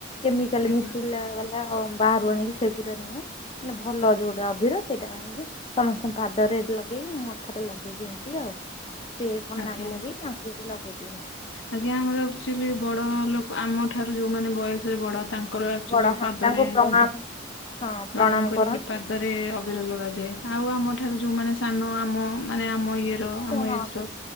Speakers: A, on the left; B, on the left.
A: କେମିକାଲ
B: ଆଜ୍ଞା
A: ମିଶିଥିଲା ବାଲା ବାହାରୁ ଆଣିକି ସେଗୁଟା ନୁହଁ। ନା ଭଲ ଯୋଉଟା ଅଭିର ସେଇଟା ଆଣିକି ସମସ୍ତଙ୍କ ପାଦରେ ଲଗେଇକି ମଥାରେ ଲଗେଇ ଦିଅନ୍ତି। ତି ଆଉ ସେ ସାମ୍ନା
B: ଆଜ୍ଞା।
A: କୁ ଲଗେଇ ତାଙ୍କୁ ବି ଲଗେଇ ଦିଅନ୍ତୁ।
B: ଆଜ୍ଞା ଆମର ଆକ୍ଚୁଆଲି ବଡ଼ ଲୋକ ଆମଠାରୁ ଯୋଉମାନେ ବୟସରେ ବଡ଼ ତା କର ଆକ୍ଚୁଆଲି
A: ବଡ ହଁ
B: ପାଦରେ
A: ତାଙ୍କୁ ପ୍ରଣାମ
B: ହଁ
A: ହଁ
B: ପ୍ରଣାମ କରିକି
A: କରନ୍ତି।
B: ପାଦରେ ଅଭିର ଲଗାଯାଏ ଆଉ ଆମ ଠାରୁ ଯୋଉମାନେ ସାନ ଆମ ମାନେ ଆମ ଇଏର ଆମ
A: ହଁ
B: ଏଜର